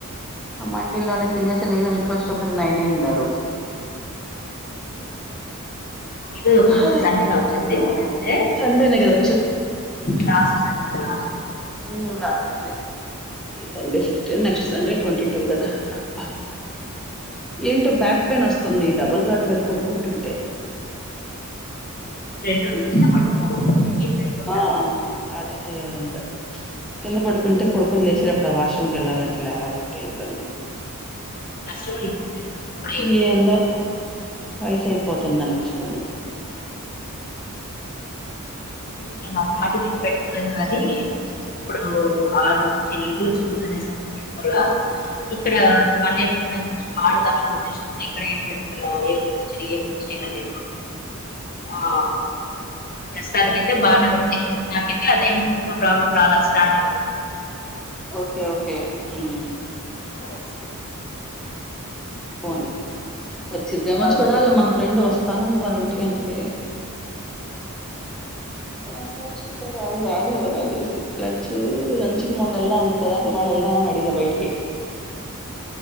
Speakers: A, in the centre; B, on the left (about 40°).
A: ఆ మండీలోనే తినేసి నేను ఇంటికి వచ్చేటప్పటికి నైన్ అయంది ఆ రోజు
B: ఇదే రోజు
A: అదే
B: సండే నా వచ్చింది విమెన్స్ డే
A: సండేనే కదా
B: లాస్ట్ సండే నా
A: నీళ్ళు వస్తడాయి ఈ Sunday fifteen next Sunday twenty two కదా అబ్బ ఏంటో బ్యాక్ పెయిన్ వస్తుంది డబల్ కార్డ్ మీద పడుకుంటుంటే
B: రెండ రోజులు కింద పడుకో ఏం వేయకుంట
A: ఆ అదే చెయ్యాలి ఇంకా కింద పడుకుంటే పడుకొని లేసిారు అప్పుడు ఆ వాష్రూమ్ క వెళ్ళాలంటే ఎట్లా ఏమనంటే ఇబ్బంది
B: <unintelligible> ఇప్పుడే
A: మీ ఏందో
B: ఉంటే
A: వయసు అయిపోతుంది అనిపిస్తుంది
B: నేను ఆ పాటి మీట్ పెట్టుకోలేదు కాది అప్పుడు ఆ రో ఇళ్లు చిన్నదనేసి ఎక్కడ పెట్టుకోవాల ఇక్కడ మళ్ళీ ఎప్పుడన్నా మాడదాం అన్న ఉద్దేశంతో ఇక్కడ ఏం పెట్టుకో ఏ ఫర్నిచర్ ఏమి ఇచ్చేయలే నేను ఆ ప్రస్తుతానికైతే బానే ఉంది, నాకైతే అదేమిందో ప్రాబ్లం రాల స్టార్ట్ అవ్వలా
A: ఓకే ఓకే ఉమ్
B: అ
A: పోనీ వచ్చిద్దేమో
B: ఇప్పుడు కాదు
A: చూడాలి, మన ఫ్రెండ్ వస్తానంది మరి ఒంటి గంటకి ఆ వ చిక్క ర్యాలీ రాదేమో నా తెలిసి లంచ్ లంచకి మొన్న ఎళ్దాం అంది కద, ఇవాళ ఎళ్దాం అని అడిగా బయటికి